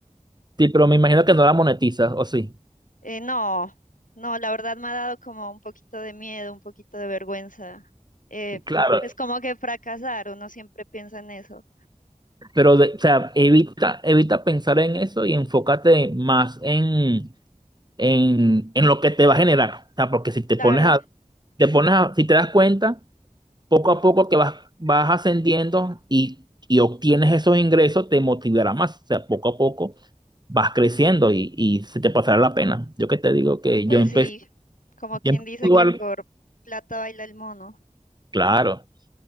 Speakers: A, on the right (about 35°); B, on the left (about 85°).
A: Sí, pero me imagino que no la monetizas, o sí.
B: Eh, no, no, la verdad me ha dado como un poquito de miedo, un poquito de vergüenza. Eh,
A: Claro,
B: pues como que fracasar, uno siempre piensa en eso.
A: pero de- o sea, evita, evita pensar en eso y enfócate más en en,
B: El-
A: en lo que te va a generar. O sea, porque si te
B: Claro,
A: pones a, te pones a, si te das cuenta, poco a poco que vas, vas ascendiendo y, y obtienes esos ingresos, te motivará más. O sea, poco a poco vas creciendo y, y se te pasará la pena. Yo que te digo que
B: pues
A: yo empecé,
B: sí, como quien
A: yo empecé
B: dice
A: igual,
B: que por plata baila el mono,
A: claro.